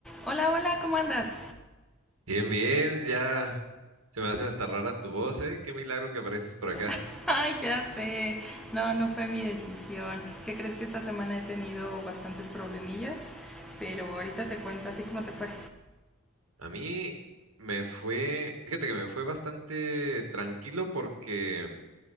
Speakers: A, in the centre; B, on the right.
A: Hola, hola, ¿cómo andas?
B: Bien, bien, ya se me hace hasta rara tu voz, ¿eh? Qué milagro que apareces por acá.
A: <laughs> Ay, ya sé. No, no fue mi decisión. ¿Qué crees que esta semana he tenido bastantes problemillas? Pero ahorita te cuento a ti cómo te fue.
B: A mí me fue, fíjate que me fue bastante tranquilo porque